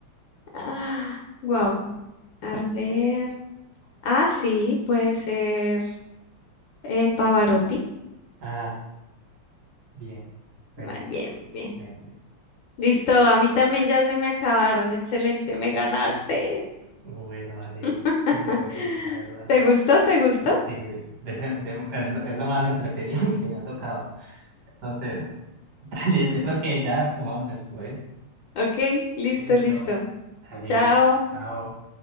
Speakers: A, on the left; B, on the right.
A: Ah, wow. A ver. Ah, sí, puede ser eh, Pavarotti.
B: Ah, bien. Bueno,
A: Muy bien, muy bien.
B: bueno.
A: Listo, a mí también ya se me acabaron. Excelente, me ganaste.
B: Bueno, dale.
A: <laughs>
B: Siempre juego, la verdad.
A: ¿Te gustó? ¿Te gustó?
B: Sí, decente. Es, es lo más entretenido <laughs> que me ha tocado. Entonces, <laughs> dale,
A: <laughs>
B: yo creo que ya jugamos después.
A: Ok, listo,
B: Listo.
A: listo.
B: Dale,
A: Chao.
B: chao.